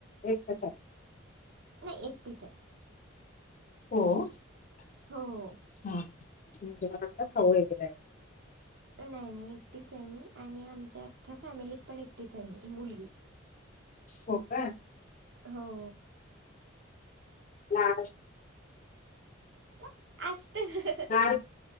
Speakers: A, on the left; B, on the right.
A: एक च आहे.
B: नाही एकटीचं आहे.
A: हो! हा
B: हो
A: तुमच्या म्हणजे मला वाटलं, भाऊ वगैरे आहे.
B: हो. नाही नाही एकटीचं आहे मी.. आणि आमच्या अख्ख्या फॅमिलीत पण एकटीचं आहे मी मुलगी.
A: हो. का?
B: हो.
A: लहान असेल.
B: काय असतं.
A: लाड